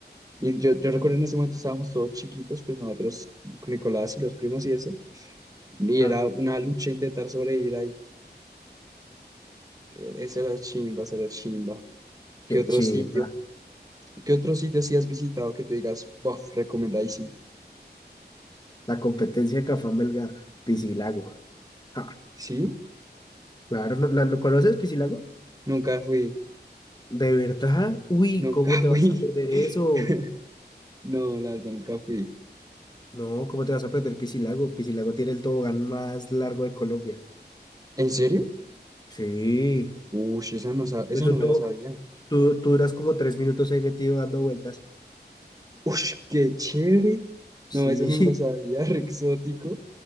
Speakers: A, on the right (about 20°); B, on the left (about 25°).
A: Y yo, yo recuerdo en ese momento estábamos todos chiquitos, pues nosotros con Nicolás y los primos y eso, y
B: Ah,
A: era una lucha intentar sobrevivir ahí. Esa era chimba, esa era chimba. ¿Qué
B: qué
A: otro
B: chiva.
A: sitio? ¿Qué otro sitio sí has visitado que te digas, bof, recomendadísimo?
B: La competencia de Cafán Melgar, Piscilago. Ah,
A: Sí,
B: claro, ¿lo, la- lo conoces, Piscilago?
A: nunca fui,
B: ¿De verdad? Uy,
A: nunca
B: ¿cómo te
A: <laughs> fui.
B: vas a perder eso?
A: <laughs> No, la verdad, nunca fui.
B: No, ¿cómo te vas a perder Piscilago? Piscilago tiene el tobogán más largo de Colombia.
A: ¿En serio?
B: Sí,
A: Ush, esa no, sa- esa
B: eso
A: no me
B: todo,
A: la sabía.
B: tú, tú duras como tres minutos ahí metido dando vueltas.
A: Ush, qué chévere.
B: Sí,
A: No, eso no me lo sabía, <laughs> re exótico.